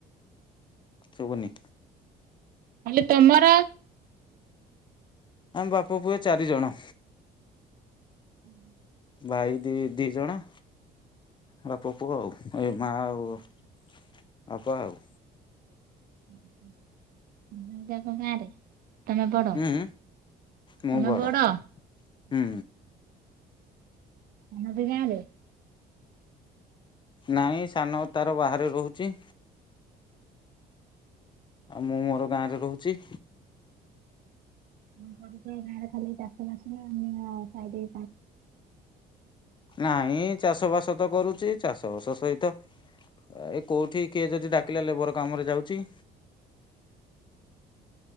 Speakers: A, on the left; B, on the right.
A: ଶୁବୁନି?
B: ହାଲୋ ତମର
A: ଆମ ବାପ ପୁଏ ଚାରିଜଣ।
B: ହୁଁ।
A: ଭାଇ ଦି, ଦି ଜଣ। ବାପ ପୁଅ ଆଉ। ଏ ମା ଆଉ, ବାପ ଆଉ।
B: ଉଁହୁଁ। ଉଁ ଯାକ ଗାଁରେ ତମେ ବଡ
A: ହୁଁ ମୁଁ
B: ତମେ
A: ବଡ଼
B: ବଡ?
A: ହୁଁ।
B: ଆମ ଦି ଗାଁରେ।
A: ନାହିଁ ସାନ ତାର ବାହାରେ ରହୁଚି। ଆଉ ମୁଁ ମୋର ଗାଁରେ ରହୁଚି।
B: ଉଁ କରିଚ ଗାଁରେ ଖାଲି ଚାଷବାସ ନା ଆମ ଗାଁ ସାଇରେ
A: ନାଇଁ ଚାଷବାସ ତ କରୁଚି ଚାଷବାସ ସହିତ ଏ କୋଉଠି କିଏ ଯଦି ଡାକିଲେ ଲେବର କାମରେ ଯାଉଚି।